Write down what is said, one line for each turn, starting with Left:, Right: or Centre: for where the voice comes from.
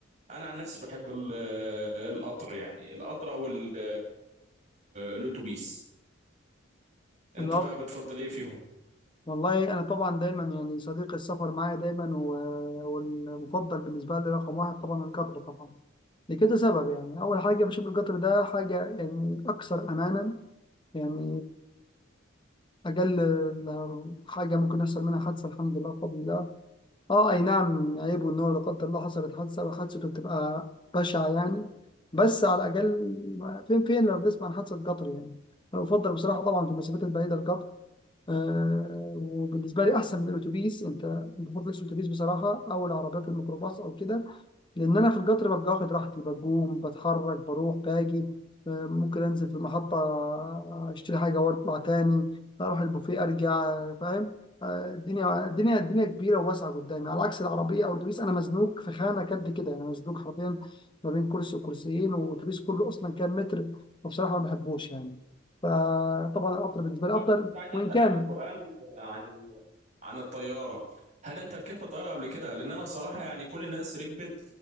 Right: أنا عن نفسي بحب ال- القطر يعني القطر أو ال- الأتوبيس أنت
Left: الأرض
Right: بقى بتفضل إيه فيهم؟
Left: والله أنا طبعا دايما يعني صديق السفر معايا دايما و- والمفضل بالنسبة لي رقم واحد طبعا القطر طبعا لكده سبب يعني أول حاجة بشوف القطر ده حاجة يعني أكثر أمانا يعني أقل حاجة ممكن يحصل منها حادثة الحمد لله بفضل الله أه أي نعم عيب والنور لا قدر الله حصلت حادثة وحادثته بتبقى بشعة يعني بس على الأقل ما- فين فين لو بنسمع عن حادثة قطر يعني أنا بفضل بصراحة طبعا في المسافات البعيدة القطر أه وبالنسبة لي أحسن من الأتوبيس أنت ما بفضلش الأتوبيس بصراحة أو العربيات الميكروباص أو كده لان انا في القطر ببقى واخد راحتي بقوم بتحرك بروح باجي آه، ممكن انزل في المحطه آه، اشتري حاجه واطلع تاني اروح البوفيه ارجع آه، فاهم آه، الدنيا الدنيا الدنيا كبيره وواسعه قدامي على عكس العربيه او الاتوبيس انا مزنوق في خانه قد كده انا مزنوق حرفيا ما بين كرسي وكرسيين والاتوبيس كله اصلا كام متر وبصراحه ما بحبوش يعني فطبعا القطر بالنسبه لي
Right: طب
Left: افضل
Right: كنت عايز
Left: وان
Right: اسالك
Left: كان
Right: سؤال عن عن الطيارة هل انت ركبت طيارة قبل كده لان انا بصراحة يعني كل الناس ركبت